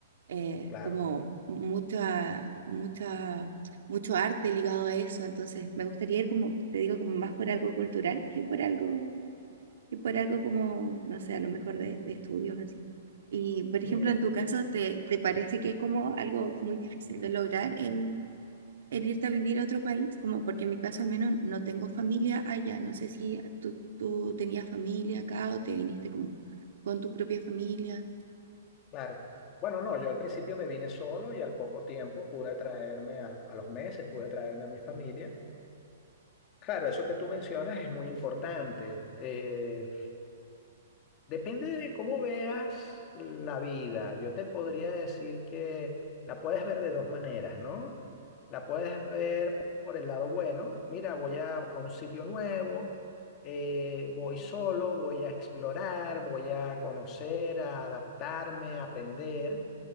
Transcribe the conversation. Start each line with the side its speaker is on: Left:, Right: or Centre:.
Right: eh,
Left: claro.
Right: como mucha, mucha, mucho arte ligado a eso, entonces me gustaría ir como, te digo, como más por algo cultural que por algo y por algo como, no sé, a lo mejor de, de estudios así. Y, por
Left: Mira.
Right: ejemplo, en tu caso, ¿te, te parece que es como algo muy difícil de lograr el, el irte a vivir a otro país? Como porque en mi caso al menos no tengo familia allá. No sé si tú, tú tenías familia acá o te viniste como con tu propia familia.
Left: Claro. Bueno, no, yo al principio me vine solo y al poco tiempo pude traerme, al- a, los meses pude traerme a mi familia. Claro, eso que tú mencionas es muy importante. Eh, depende de cómo veas la vida. Yo te podría decir que la puedes ver de dos maneras, ¿no? La puedes ver por el lado bueno. Mira, voy a, a un sitio nuevo, eh, voy solo, voy a explorar, voy a conocer, a adaptarme, a aprender.